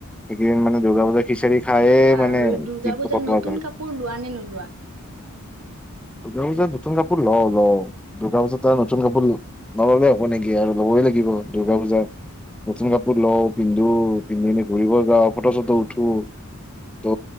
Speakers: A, in the centre; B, on the right.
A: এইকেইদিন মানে দূৰ্গা পূজাৰ খিচাৰি খায়ে
B: আৰু
A: মানে
B: দুৰ্গা
A: দিনটো
B: পূজাত
A: কটোৱা
B: নতুন
A: যায়
B: কাপোৰ লোৱা নে নোলোৱা
A: দূৰ্গা পূজাত নতুন কাপোৰ লও লও। দূৰ্গা পূজাত‌ আৰু নতুন কাপোৰ নল'লে হব নেকি আৰু। লবই লাগিব। দূৰ্গা পূজাত নতুন কাপোৰ লও, পিন্ধো, পিন্ধিপিনে ঘূৰিব যাও ফটো চটো উঠো তো